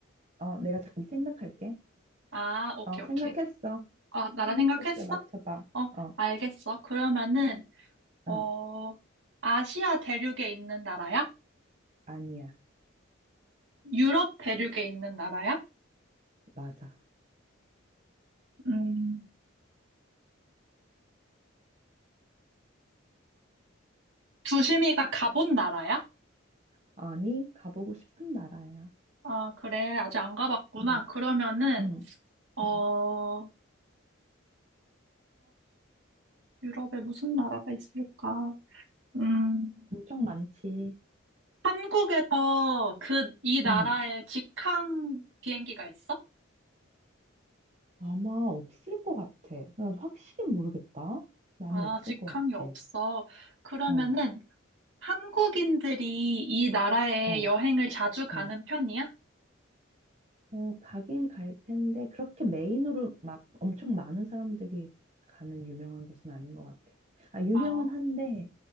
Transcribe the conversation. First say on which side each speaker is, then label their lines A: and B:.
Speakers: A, on the right; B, on the right.
A: 어, 내가 잠깐 생각할게.
B: 아, 오케이,
A: 어, 생각했어.
B: 오케이. 아, 나라
A: 생각했어.
B: 생각했어?
A: 맞춰봐.
B: 어,
A: 어,
B: 알겠어. 그러면은, 어,
A: 어
B: 아시아 대륙에 있는 나라야?
A: 아니야.
B: 유럽 대륙에 있는 나라야?
A: 맞아.
B: 음, 두심이가 가본 나라야?
A: 아니, 가보고 싶은 나라야.
B: 아, 그래. 아직 안 가봤구나.
A: 응,
B: 그러면은,
A: 응,
B: 어,
A: 응.
B: 어, 유럽에 무슨 나라가 있을까? 음,
A: 엄청 많지.
B: 한국에서 그, 이 나라에
A: 응.
B: 직항 비행기가 있어?
A: 아마 없을 것 같아. 나 확실히 모르겠다. 근데
B: 아,
A: 아마 없을
B: 직항이
A: 것 같아.
B: 없어. 그러면은
A: 어,
B: 한국인들이 이 나라에
A: 어,
B: 여행을 자주 가는
A: 응.
B: 편이야?
A: 어, 가긴 갈 텐데, 그렇게 메인으로 막 엄청 많은 사람들이 가는 유명한 곳은 아닌 것 같아. 아, 유명은
B: 어.
A: 한데,